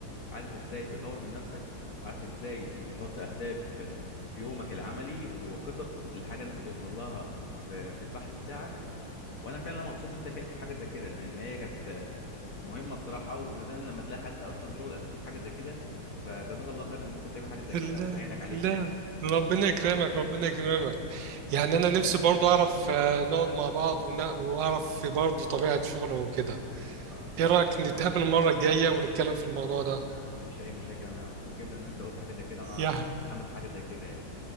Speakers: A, on the left; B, on the right.
A: عارف إزاي تطور من نفسك وعارف إزاي تحط أهداف في يومك العملي وخطط لحاجة أنت توصل لها في في البحث بتاعك وانا فعلا مبسوط ان انت اتكلمت في حاجه زي كده لان هي كانت مهمه الصراحه ونادرا لما تلاقي حد اصلا شغل اساسي في حاجه زي كده فجزاك الله خيرا ان انت بتعمل حاجه زي
B: لا
A: كده والله يعينك عليها
B: لا
A: يعني
B: ربنا يكرمك ربنا يكرمك يعني انا نفسي برضو اعرف آه، نقعد مع بعض ون- واعرف في برضو طبيعة شغله وكده
A: اه
B: ايه رأيك نتقابل المرة الجاية ونتكلم في الموضوع ده
A: ما عنديش اي مشاكل انا مبسوط جدا ان انت قلت حاجه زي كده انا
B: يا
A: متحمس لحاجه زي كده يعني